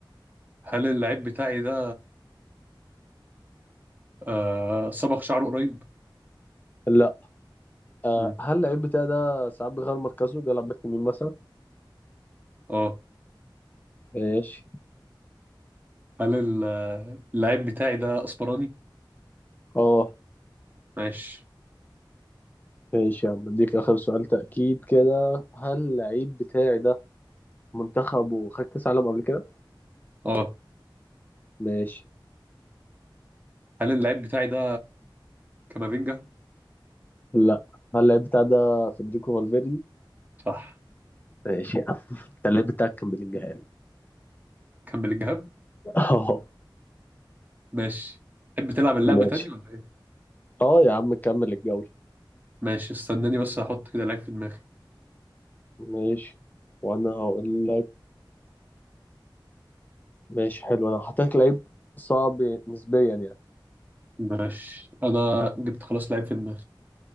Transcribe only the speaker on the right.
هل اللعيب بتاعي ده آه صبغ شعره قريب؟
مم.
آه
هل ال- اللعيب بتاعي ده أسمراني؟
ماشي
آه
هل اللعيب بتاعي ده كامافينجا؟
صح
كان بلينجهام؟
ماشي تحب تلعب اللعبة
تاني ولا ايه؟
ماشي استناني بس احط كده لعيب في دماغي
ماشي انا جبت خلاص لعيب في دماغي